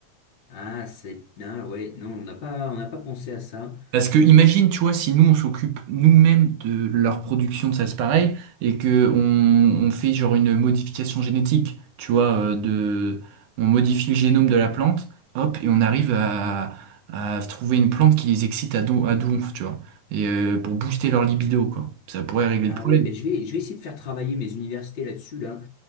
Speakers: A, on the left; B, on the right.
A: Ah, c'est... Ah, ouais, non, on n'a pas, on n'a pas pensé à ça.
B: Parce que imagine, tu vois, si nous on s'occupe nous-mêmes de leur production de salse pareille et que on, on fait genre une modification génétique, tu vois, euh, de, on modifie le génome de la plante, hop, et on arrive à, à trouver une plante qui les excite à, don, à donf, tu vois, et euh, pour booster leur libido, quoi. Ça pourrait régler
A: Ah
B: le problème.
A: ouais, mais je vais, je vais essayer de faire travailler mes universités là-dessus, là.